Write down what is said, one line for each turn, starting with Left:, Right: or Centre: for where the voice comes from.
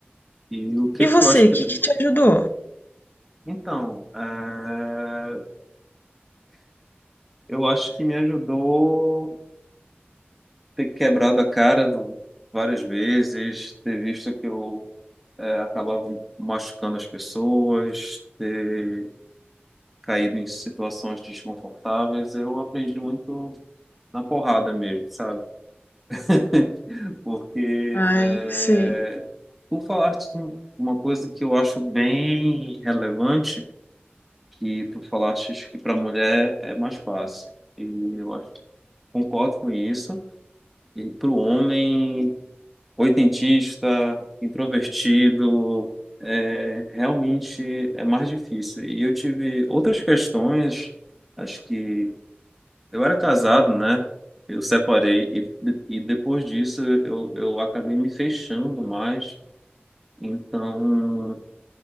Centre: E o que
Left: E você,
Centre: que tu acha
Left: o
Centre: que
Left: que
Centre: tu...
Left: que te ajudou?
Centre: Então, eh, eu acho que me ajudou ter quebrado a cara várias vezes, ter visto que eu eh, acabava machucando as pessoas, ter caído em situações desconfortáveis. Eu aprendi muito na porrada mesmo, sabe? <laughs> Porque,
Left: Ai,
Centre: é,
Left: sei.
Centre: tu falaste uma coisa que eu acho bem relevante, que tu falaste que para mulher é mais fácil. E eu acho, concordo com isso. E para o homem oitentista, introvertido, é, realmente é mais difícil. E eu tive outras questões, acho que Eu era casado, né? Eu separei e, e depois disso eu, eu acabei me fechando mais. Então,